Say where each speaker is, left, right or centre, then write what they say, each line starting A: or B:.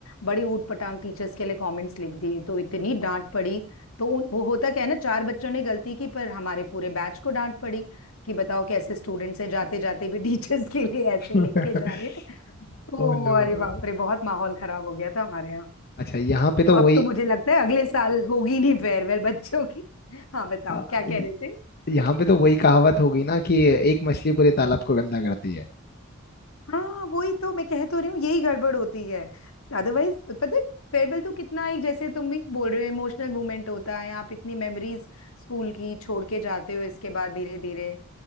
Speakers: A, on the left (about 70°); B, on the left (about 45°).
A: बड़ी ऊटपटांग टीचर्स के लिए कमेंट्स लिख दिए तो इतनी डांट पड़ी तो उन- वो होता क्या है ना चार बच्चों ने गलती की पर हमारे पूरे बैच को डांट पड़ी कि बताओ कैसे स्टूडेंट्स हैं जाते जाते भी <laughs> टीचर्स के लिए ऐसे
B: <laughs>
A: लिख के जा रहे हैं तो
B: Oh no.
A: अरे बाप रे बहुत माहौल खराब हो गया था हमारे
B: अच्छा यहाँ पे
A: तो
B: तो
A: अब
B: वही
A: तो मुझे लगता है अगले साल होगी नहीं फेयरवेल बच्चों की हाँ बताओ
B: Uh,
A: क्या कह रहे थे
B: यहाँ पे तो वही कहावत हो गई ना कि एक मछली पूरे तालाब को गंदा करती है
A: हाँ वही तो मैं कह तो रही हूँ यही गड़बड़ होती है अदरवाइज पता है फेयरवेल तो कितना एक जैसे तुम भी बोल रहे हो इमोशनल मोमेंट होता है आप इतनी मेमोरीज स्कूल की छोड़ के जाते हो इसके बाद धीरे धीरे